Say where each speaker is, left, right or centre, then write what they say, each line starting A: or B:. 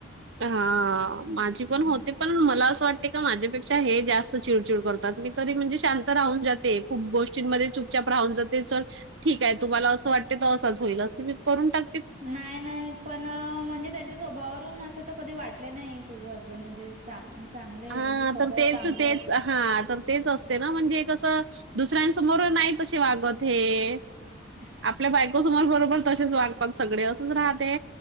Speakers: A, on the right; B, on the right.
A: हा माझी
B: हम्म
A: पण होते पण मला असं वाटते का माझ्यापेक्षा हे जास्त चिड, चिड करतात मी तरी म्हणजे शांत राहून जाते खूप गोष्टींमध्ये चुपचप राहून जाते च ठीक आहे तुम्हाला असं वाटते तर असंच होईल असं मी करून टाक
B: नाही, नाही पण म्हणजे त्यांच्या स्वभावावरून असे तर कधी वाटले नाही तुझे हसबंड म्हणजे चां चांगले आहे
A: हा
B: म्हणजे स्वभाव
A: तर तेच
B: चांगला
A: तेच
B: आहे
A: हा तर तेच असते ना म्हणजे कसं दुसऱ्यांसमोर नाही तसे वागत हे
B: <inaudible>
A: आपल्या बायकोसमोर बरोबर तसेच वागतात सगळे असच राहते